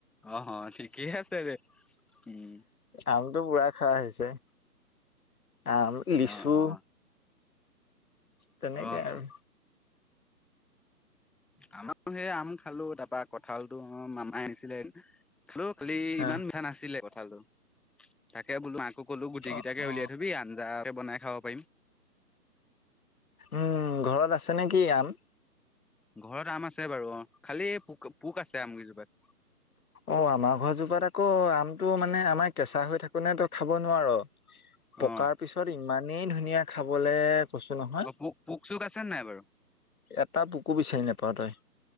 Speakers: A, in the centre; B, on the left (about 60°).
A: অহ ঠিকেই আছে দে উম।
B: আমটো পুৰা খোৱা হৈছে। আম লিচু
A: অ অ
B: তেনেকে
A: অ
B: আৰু।
A: অ আমাৰো সেই আম খালো তাৰপা কঁঠাল টো মামায়ে আনিছিলে। খালো খালি
B: হা
A: ইমান মিঠা নাছিলে কথাটো তাকে বোলো মা কলো গুটি
B: অ
A: কেইটাকে
B: অ
A: উলিয়াই থবি আঞ্জাকে বনাই খাব পাৰিম।
B: উম ঘৰত আছে নেকি আম।
A: ঘৰত আম আছে বাৰু অ খালি পোক পোক আছে আম কিজোপাত।
B: অ আমাৰ ঘৰ জোপাত আকৌ আমটো মানে আমাৰ কেঁচা হৈ থাকো ন তো খাব নোৱাৰ। পকাৰ
A: অ
B: পিছত ইমানেই ধুনীয়া খাবলে। কৈছো নহয়
A: অ পোক পোক চোক আছে নাই বাৰু
B: এটা পোকু বিচাৰি নেপাৱ তই।